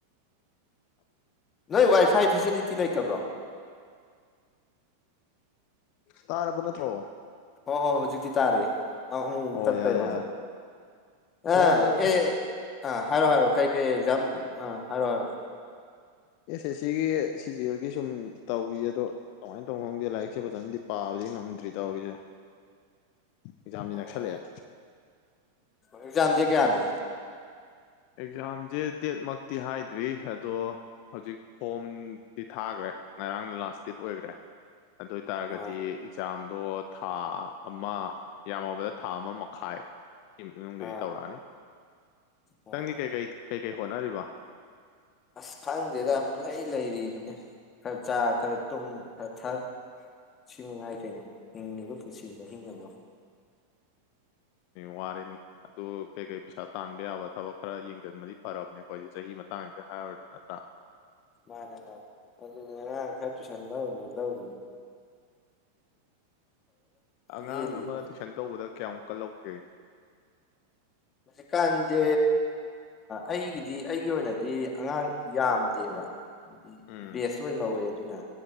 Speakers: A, on the left; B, on the left.
A: ꯅꯣꯏ ꯋꯥꯏꯐꯥꯏ ꯐꯦꯁꯤꯂꯤꯇꯤ ꯂꯩꯇꯕ꯭ꯔꯣ
B: ꯇꯥꯔꯕ ꯅꯠꯇ꯭ꯔꯣ
A: ꯍꯣ ꯍꯣ ꯍꯧꯖꯤꯛꯇꯤ ꯇꯥꯔꯦ ꯑꯃꯨꯛ ꯑꯃꯨꯛ
B: ꯑꯣ
A: ꯇꯠꯄꯩ
B: ꯌꯥꯔꯦ
A: ꯋꯥꯅꯤ
B: ꯌꯥꯔꯦ
A: ꯑ
B: ꯈꯤꯇꯪ
A: ꯑꯦ ꯑ ꯍꯥꯏꯔꯣ ꯍꯥꯏꯔꯣ ꯀꯩ ꯀꯩ ꯑꯦꯛꯖꯥꯝ ꯑ ꯍꯥꯏꯔꯣ ꯍꯥꯏꯔꯣ
B: ꯑꯦꯁ ꯑꯦ ꯁꯤꯒꯤ ꯁꯤꯖꯦꯜꯒꯤ ꯁꯨꯝ ꯇꯧꯔꯤ ꯑꯗꯣ ꯀꯃꯥꯏꯅ ꯇꯧ ꯈꯪꯗꯦ ꯂꯥꯏꯔꯤꯛꯁꯦ ꯐꯖꯅꯗꯤ ꯄꯥꯕꯗꯤ ꯉꯝꯗ꯭ꯔꯤ ꯇꯧꯔꯤꯁꯦ ꯑꯦꯛꯖꯥꯝꯗꯤ
A: ꯑꯣ
B: ꯅꯛꯁꯜꯂꯛꯑꯦ
A: ꯑꯦꯛꯖꯥꯝ ꯗꯦꯠ ꯀꯌꯥꯅꯣ
B: ꯑꯦꯛꯖꯥꯝꯁꯦ ꯗꯦꯠꯃꯛꯇꯤ ꯍꯥꯏꯗ꯭ꯔꯤ ꯑꯗꯣ ꯍꯧꯖꯤꯛ ꯐꯣꯝꯗꯤ ꯊꯥꯈ꯭ꯔꯦ ꯉꯔꯥꯡ ꯂꯥꯁ ꯗꯦꯠ ꯑꯣꯏꯈ꯭ꯔꯦ ꯑꯗꯨ ꯑꯣꯏꯇꯥꯔꯒꯗꯤ
A: ꯑꯥ
B: ꯑꯦꯛꯖꯥꯝ ꯑꯗꯣ ꯊꯥ ꯑꯃ ꯌꯥꯝꯃꯕꯗ ꯊꯥ ꯑꯃ ꯃꯈꯥꯏ ꯁꯤ ꯏꯃꯨꯡꯗꯗꯤ
A: ꯑꯥ
B: ꯇꯧꯔꯛꯑꯅꯤ
A: ꯑꯣ
B: ꯅꯪꯗꯤ ꯀꯩ ꯀꯩ ꯀꯩ ꯍꯣꯠꯅꯔꯤꯕ
A: ꯑꯁ ꯈꯪꯗꯦꯗ ꯄꯨꯂꯩ ꯂꯩꯔꯤꯗꯨꯅꯦ ꯈꯔ ꯆꯥ ꯈꯔ ꯇꯨꯝ ꯈꯔ ꯊꯛ ꯁꯤ ꯃꯉꯥꯏ ꯀꯩꯅꯣ ꯍꯤꯡꯉꯤꯕ ꯄꯨꯟꯁꯤꯁꯤꯅ ꯍꯤꯡꯉꯕ
B: ꯋꯥꯔꯤꯔꯅꯤ ꯑꯗꯨ ꯀꯩꯀꯩ ꯄꯩꯁꯥ ꯇꯥꯟꯕ ꯌꯥꯕ ꯊꯕꯛ ꯈꯔ ꯌꯦꯡꯒꯟꯕꯗꯤ ꯐꯔꯕꯅꯦ ꯑꯩꯈꯣꯏꯁꯦ ꯆꯍꯤ ꯃꯇꯥꯡꯁꯤꯗ ꯍꯥꯏꯔꯨꯔꯗꯤ ꯅꯠꯇ꯭ꯔꯥ
A: ꯃꯥꯅꯦ ꯃꯥꯅꯦ ꯑꯉꯥꯡ ꯈꯔ ꯇꯨꯁꯟ ꯂꯧ ꯂꯧꯔꯤꯌꯦ
B: ꯑꯉꯥꯡ
A: ꯂꯦꯜꯂꯤꯗꯨꯅꯤ
B: ꯑꯃ ꯇꯨꯏꯁꯟ ꯇꯧꯕꯗ ꯀꯌꯥ ꯃꯨꯛꯀꯂꯧꯒꯦ
A: ꯍꯧꯖꯤꯛꯀꯥꯟꯗꯤ ꯑꯩꯒꯤꯗꯤ ꯑꯩꯒꯤ ꯑꯣꯏꯅꯗꯤ ꯑꯉꯥꯡ ꯌꯥꯝꯗꯦꯕ ꯑꯗꯨꯗꯤ
B: ꯎꯝ
A: ꯕꯦꯁ ꯑꯣꯏꯅ ꯂꯧꯋꯦ ꯑꯗꯨꯅ